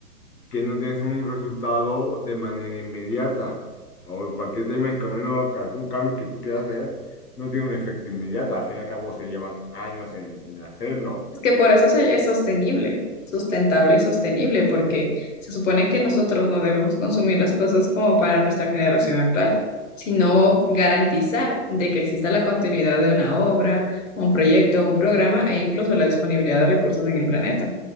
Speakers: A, on the left; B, on the left.
A: que no tienes un resultado de manera inmediata. O cualquier tema económico, que algún cambio que tú quieras hacer, no tiene un efecto inmediato. Al fin y al cabo se llevan años en, en hacerlo.
B: Es que por eso se- es sostenible, sustentable y sostenible, porque se supone que nosotros no debemos consumir las cosas como para nuestra generación actual, sino garantizar de que exista la continuidad de una obra, un proyecto, un programa e incluso la disponibilidad de recursos en el planeta,